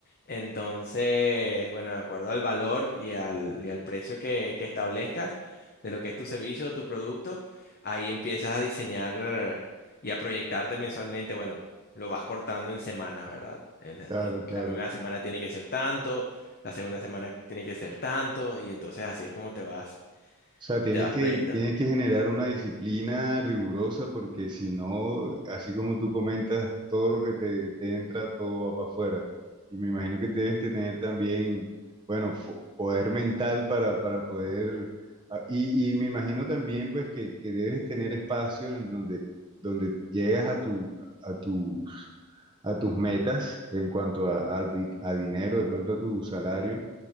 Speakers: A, on the left; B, on the right.
A: Entonces, bueno, de acuerdo al valor y al, y al precio que, que establezcas de lo que es tu servicio o tu producto, ahí empiezas a diseñar y a proyectarte mensualmente. Bueno, lo vas cortando en semanas, ¿verdad? En La eh,
B: Claro, claro.
A: la primera semana tiene que ser tanto, la segunda semana tiene que ser tanto, y entonces así es como te vas,
B: O sea, tienes
A: te vas
B: que,
A: proyectando.
B: tienes que generar una disciplina rigurosa porque si no, así como tú comentas, todo lo que te, te entra, todo va para afuera. Y me imagino que debes tener también, bueno, fo- poder mental para, para poder... ah, Y, y me imagino también pues que, que debes tener espacios en donde, donde llegas a tu, a tus, a tus metas en cuanto a, a di- a dinero, de pronto a tu salario